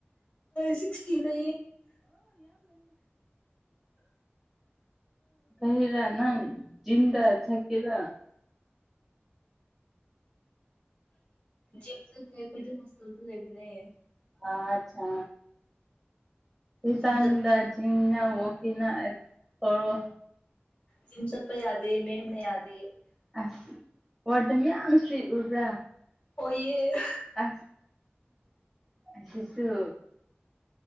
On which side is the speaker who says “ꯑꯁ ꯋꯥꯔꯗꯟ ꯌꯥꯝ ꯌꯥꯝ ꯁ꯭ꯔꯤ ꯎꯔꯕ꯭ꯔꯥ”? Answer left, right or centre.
Centre